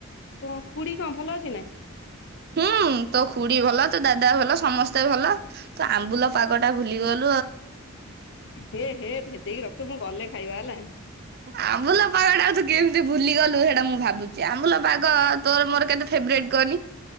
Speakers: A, on the left; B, on the right.
A: କଣ ଖୁଡି କଣ ଭଲ ଅଛି ନା?
B: ହୁଁ ତୋ ଖୁଡି ଭଲ ତୋ ଦାଦା ଭଲ ସମସ୍ତେ ଭଲ ତୋ ଆମ୍ବୁଲ ପାଗ ଟା ଭୁଲିଗଲ
A: ହେ ହେ ଭେଦେଇ ର ତୁ ମୁଁ ଗଲେ ଖାଇବା ହେଲା।
B: ଆମ୍ବୁଲ ପାଗ ଟା ତୁ କେମିତି ଭୁଲିଗଲୁ ସେଇଟା ମୁଁ ଭାବୁଛି ଆମ୍ବୁଲ ପାଗ ତୋର ମୋର କେତେ ଫେବରଟ କହନି।